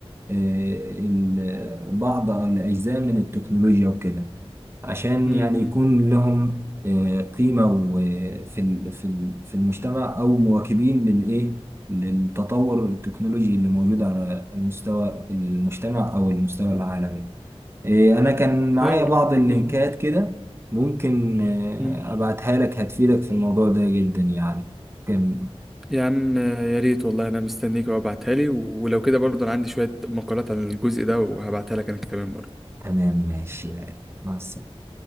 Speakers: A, on the right; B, in the centre.
A: آه، ال- بعض الاجزاء من التكنولوجيا وكده عشان
B: امم
A: يعني يكون لهم آه، قيمة و- في ال- في ال- في المجتمع أو مواكبين للإيه للتطور التكنولوجي اللي موجود على المستوى المجتمع أو المستوى العالمي آه، أنا كان معايا
B: ايوه
A: بعض
B: لا
A: اللينكات
B: مظبوط
A: كده ممكن آه،
B: امم
A: أبعتها لك هتفيدك في الموضوع ده جدا يعني كان
B: يا عم آه، يا ريت والله انا مستنيك وابعتها لي ولو كده برضه انا عندي شوية مقالات عن الجزء ده وهبعتها لك انا كمان برضه
A: تمام ماشي يعني مع السلامة